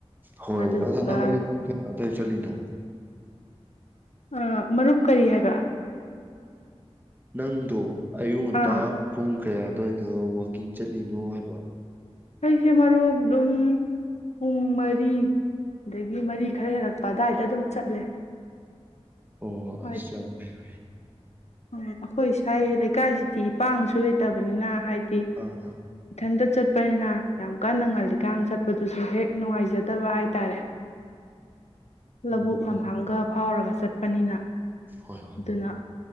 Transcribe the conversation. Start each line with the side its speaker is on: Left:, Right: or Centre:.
Right: ꯍꯣꯏ
Left: ꯑꯗꯨꯗꯨꯒ
Right: ꯑꯗꯣ ꯅꯪ ꯑꯌꯨꯛ ꯄꯨꯡ ꯀꯌꯥ ꯑꯗꯨꯋꯥꯏ ꯆꯠꯂꯤꯅꯣ
Left: ꯑ ꯃꯔꯨꯞ ꯀꯔꯤ ꯍꯥꯏꯕ
Right: ꯅꯪꯗꯣ ꯑꯌꯨꯛ ꯉꯟꯇꯥ
Left: ꯑꯥ
Right: ꯄꯨꯡ ꯀꯌꯥ ꯑꯗꯨꯋꯥꯏ ꯗꯣ ꯋꯥꯛꯀꯤꯡ ꯆꯠꯂꯤꯅꯣ ꯍꯥꯏꯕ
Left: ꯑꯩꯁꯦ ꯃꯔꯨꯞ ꯑꯗꯨꯝ ꯄꯨꯡ ꯃꯔꯤ ꯑꯗꯒꯤ ꯃꯔꯤ ꯈꯔ ꯍꯦꯜꯂꯛꯄ ꯗꯋꯥꯏꯗ ꯑꯗꯨꯝ ꯆꯠꯂꯦ
Right: ꯑꯣ
Left: ꯍꯥꯏꯗꯤ
Right: ꯑꯁ ꯌꯥꯝ ꯐꯩ ꯐꯩ
Left: ꯎꯝ ꯑꯩꯈꯣꯏ ꯁꯥꯏ ꯂꯩ ꯀꯥꯏꯁꯤꯗꯤ ꯏꯄꯥꯡꯁꯨ ꯂꯩꯇꯕꯅꯤꯅ ꯍꯥꯏ ꯗꯤ
Right: ꯑꯥ
Left: ꯏꯊꯟꯗ ꯆꯠ ꯄꯅꯤꯅ ꯌꯥꯝ ꯀꯟꯅ ꯉꯜꯂꯤꯀꯥꯟ ꯆꯠꯄꯗꯨꯁꯨ ꯍꯦꯛ ꯅꯨꯡꯉꯥꯏꯖꯗꯕ ꯍꯥꯏꯇꯥꯔꯦ ꯂꯧꯕꯨꯛ
Right: ꯎꯝ
Left: ꯂꯝꯍꯥꯡꯒ ꯐꯥꯎꯔꯒ ꯆꯠꯄꯅꯤꯅ
Right: ꯍꯣꯏ ꯍꯣꯏ
Left: ꯑꯗꯨꯅ